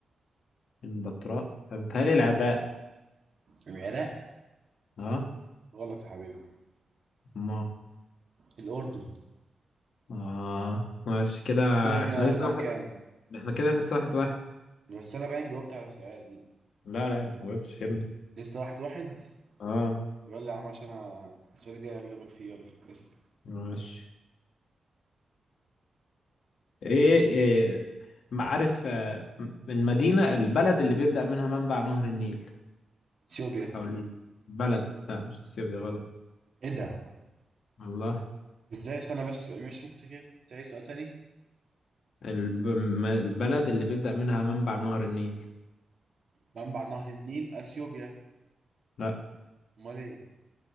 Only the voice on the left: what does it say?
البطراء بتهيألي العراق
اه
ما
اه ماشي كده
احنا لسه
واحد
احنا كده لسه واحد واحد
لا لا انت ما جاوبتش يا ابني
اه
ماشي ايه, إيه معارف آه، المدينة البلد اللي بيبدأ منها منبع نهر النيل
او البلد لا مش السيوف دي غلط
الله
الب... م- البلد اللي بيبدأ منها منبع نهر النيل
لا